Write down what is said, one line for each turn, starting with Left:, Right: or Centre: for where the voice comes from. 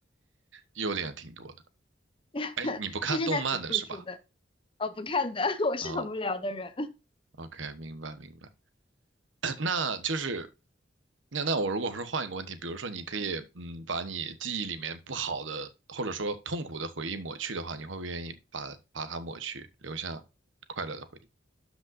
Right: 优点挺多的。
Left: <laughs>
Right: 哎，你不看动漫的是吧？
Left: 这是他只突出的，我不看的，<laughs> 我是很无聊的人，
Right: 啊，OK，明白明白。那就是那那我如果说换一个问题，比如说你可以嗯把你记忆里面不好的或者说痛苦的回忆抹去的话，你会不会愿意把把它抹去，留下快乐的回忆？